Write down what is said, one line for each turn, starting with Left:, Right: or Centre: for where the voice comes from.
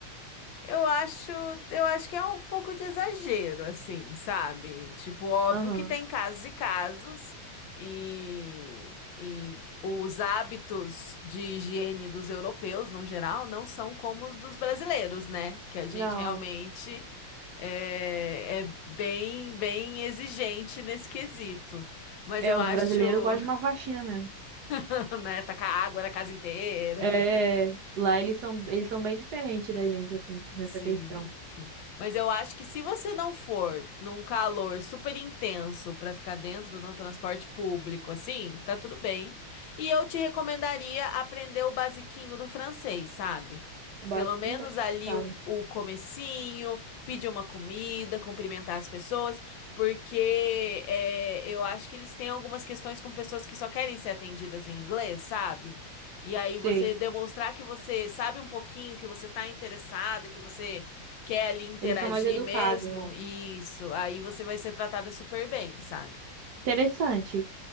Left: eu acho, eu acho que é um pouco de exagero, assim, sabe? Tipo, óbvio
Right: Aham.
Left: que tem casos e casos, e, e os hábitos de higiene dos europeus, no geral, não são como os dos brasileiros, né? Que a gente
Right: Não,
Left: realmente é, é bem, bem exigente nesse quesito. Mas
Right: é
Left: eu
Right: os
Left: acho.
Right: brasileiros
Left: <laughs>
Right: gostam de uma faxina mesmo.
Left: <laughs> né? Tacar água na casa inteira.
Right: É,
Left: <laughs>
Right: lá eles são, eles são bem diferentes da gente, assim, nessa
Left: Sim,
Right: questão.
Left: sim. Mas eu acho que se você não for num calor super intenso pra ficar dentro de um transporte público, assim, tá tudo bem. E eu te recomendaria aprender o basiquinho do francês, sabe?
Right: O básico,
Left: Pelo menos
Right: então, a gente
Left: ali
Right: não sabe.
Left: o, o comecinho, pedir uma comida, cumprimentar as pessoas, porque é, eu acho que eles têm algumas questões com pessoas que só querem ser atendidas em inglês, sabe? E aí
Right: sim
Left: você demonstrar que você sabe um pouquinho, que você tá interessada, que você quer ali interagir
Right: Eles são mais educados,
Left: mesmo,
Right: né?
Left: isso, aí você vai ser tratada super bem, sabe?
Right: Interessante.